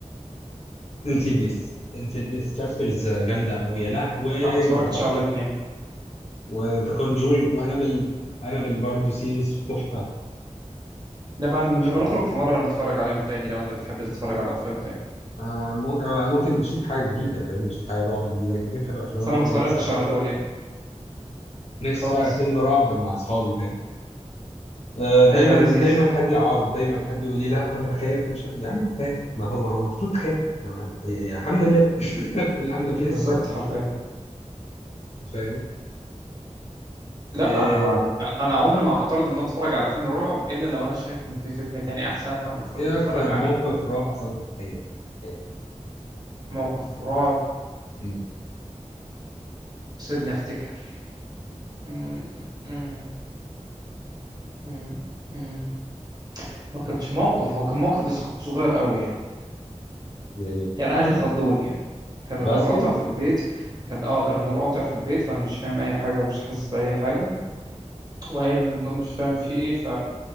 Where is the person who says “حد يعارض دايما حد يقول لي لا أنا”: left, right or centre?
Left